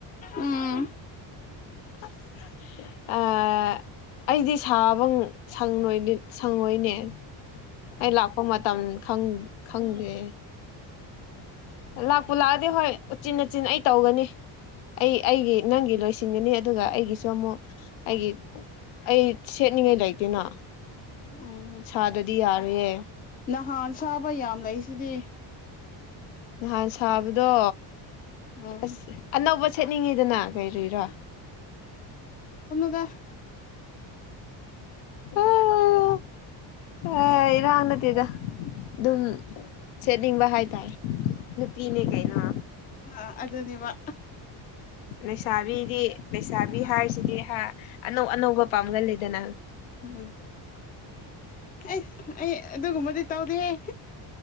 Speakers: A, on the left (about 20°); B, on the left (about 80°).
A: ꯎꯝ
B: ꯑꯁ ꯑꯥ ꯑꯩꯗꯤ ꯊꯥꯕꯪ ꯁꯪꯔꯣꯏꯅꯦ ꯁꯪꯉꯣꯏꯅꯦ ꯑꯩ ꯂꯥꯛꯄ ꯃꯇꯝ ꯈꯪ ꯈꯪꯗꯦ ꯂꯥꯛꯄꯨ ꯂꯥꯛꯑꯗꯤ ꯍꯣꯏ ꯎꯆꯤꯟꯅꯥꯆꯤꯟ ꯑꯩ ꯇꯧꯒꯅꯤ ꯑꯩ ꯑꯩꯒꯤ ꯅꯪꯒꯤ ꯂꯣꯏꯁꯤ ꯁꯤꯟꯒꯅꯤ ꯑꯗꯨꯒ ꯑꯩꯒꯤꯁꯨ ꯑꯃꯨꯛ ꯑꯩꯒꯤ ꯑꯩ ꯁꯦꯠꯅꯤꯡꯉꯤ ꯂꯩꯇꯦꯅ
A: ꯎꯝꯍꯨꯝ
B: ꯁꯥꯗꯗꯤ ꯌꯥꯔꯣꯏꯌꯦ
A: ꯅꯍꯥꯟ ꯐꯥꯕ ꯌꯥꯝ ꯂꯩ ꯁꯤꯗꯤ
B: ꯅꯍꯥꯟ ꯁꯥꯕꯗꯣ
A: ꯎꯝ
B: ꯑꯁ ꯑꯅꯧꯕ ꯁꯦꯠꯅꯤꯡꯉꯤꯗꯅ ꯀꯩꯔꯤꯔꯥ
A: ꯑ
B: ꯑꯥ ꯑ ꯏꯔꯥꯡ ꯅꯠꯇꯦꯗ ꯑꯗꯨꯝ ꯁꯦꯠꯅꯤꯡꯕ ꯍꯥꯏ ꯇꯥꯏ ꯅꯨꯄꯤꯅꯦ ꯀꯩꯅꯣ
A: ꯑ ꯑꯗꯨꯅꯤꯕ
B: ꯂꯩꯁꯥꯕꯤꯗꯤ ꯂꯩꯁꯥꯕꯤ
A: ꯎꯝ
B: ꯍꯥꯏꯔꯤꯁꯤꯗꯤ ꯍꯥ ꯑꯅꯧ ꯑꯅꯧꯕ ꯄꯥꯝꯒꯜ ꯂꯤꯗꯅ
A: ꯎꯝ ꯑꯩ ꯑꯩ ꯑꯗꯨꯒꯨꯝꯕꯗꯤ ꯇꯧꯗꯦꯍꯦ